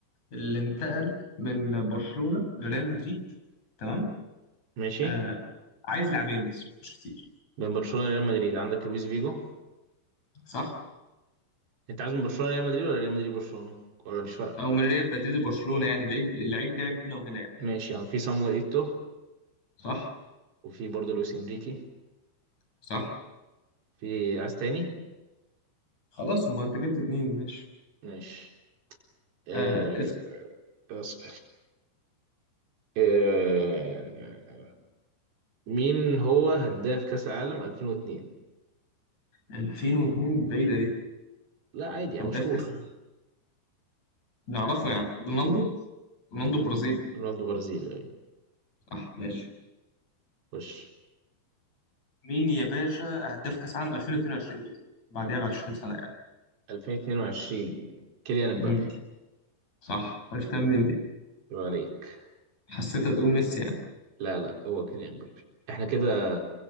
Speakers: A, on the left; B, on the right.
A: اللي انتقل من برشلونه لريال مدريد تمام
B: ماشي
A: آه عايز لاعبين بس مش كتير
B: بين برشلونه وريال مدريد عندك لويس فيجو
A: صح
B: انت عايز من برشلونه ريال مدريد ولا ريال مدريد برشلونه ولا مش فارقه
A: او من ريال مدريد لبرشلونه يعني اللعيب اللعيب لعب هنا وهنا يعني
B: ماشي يعني في صامويل ايتو
A: صح
B: وفي برضه لويس انريكي
A: صح
B: في عايز تاني
A: خلاص ما انت جبت اتنين ماشي
B: ماشي آه...
A: آه اسم
B: بس- آه... مين هو هداف كأس العالم 2002
A: 2002 دي بعيدة دي
B: لا عادي يعني
A: هداف
B: مشهور
A: كاس نعرفه يعني رونالدو رونالدو برازيلي
B: رونالدو برازيلي يعني
A: صح ماشي
B: خش
A: مين يا باشا هداف كاس عام 2022 بقى بعدها ب 20 سنة يعني
B: 2022 كيليان امبابي
A: امم صح عرفتها منين دي
B: يبقى عليك
A: حسيتها تقول ميسي يعني
B: لا لا هو كيليان امبابي احنا كده